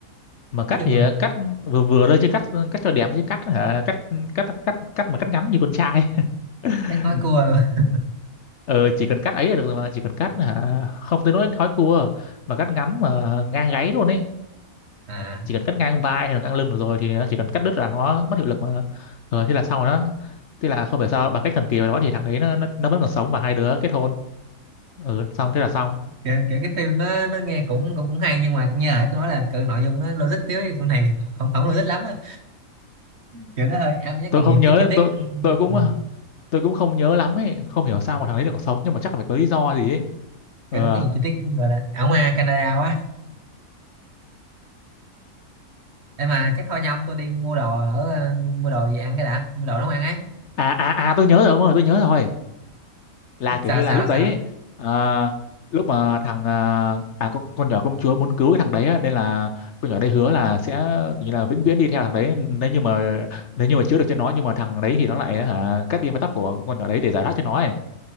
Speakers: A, on the left; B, on the right.
A: mà cắt
B: nói chung
A: thì
B: là
A: ờ, cắt vừa vừa thôi chứ cắt cắt cho đẹp chứ cắt hả cắt cắt cắt cắt mà cắt ngắn như con trai <laughs>
B: cắt nói cua luôn
A: ờ chỉ cần cắt ấy là được rồi mà chỉ cần cắt hả không tới nỗi khói cua mà cắt ngắn mà ngang gáy luôn ấy
B: à
A: chỉ cần cắt ngang vai hay là ngang lưng được rồi thì nó chỉ cần cắt đứt là nó mất hiệu lực mà rồi thế là xong rồi đó thế là không phải sao bằng cách thần kỳ nào đó thì thằng đấy nó nó, nó vẫn còn sống và hai đứa kết hôn ừ xong thế là xong
B: kiểu, kiểu cái phim nó nó nghe cũng cũng cũng hay nhưng mà như nãy tôi nói là kiểu nội dung nó logic thiếu thì con này không không logic lắm á. kiểu nó hơi ảo nhé còn
A: tôi không
B: nhiều
A: nhớ
B: cái chi tiết
A: tôi tôi cũng
B: ừ,
A: ờ, tôi cũng không nhớ lắm ấy không hiểu sao mà thằng đấy lại còn sống nhưng mà chắc là phải có lý do gì ấy ờ
B: kiểu nó có nhiều chi tiết gọi là ảo ma Canada quá em mà chắc thôi nha ông tôi đi mua đồ ở ờ, mua đồ về ăn cái đã mua đồ nấu ăn ấy
A: à à à tôi nhớ rồi ông ơi tôi nhớ rồi là kiểu
B: sao
A: như
B: sao
A: là lúc
B: sao
A: đấy ấy, ờ, lúc mà thằng ờ, à con, con nhỏ công chúa muốn cứu cái thằng đấy á, nên là con nhỏ đấy hứa là sẽ kiểu như là vĩnh viễn đi theo thằng đấy nếu như mà nếu như mà chữa được cho nó nhưng mà thằng đấy thì nó lại hả, cắt đi mái tóc của con nhỏ đấy để giải thoát cho nó ấy.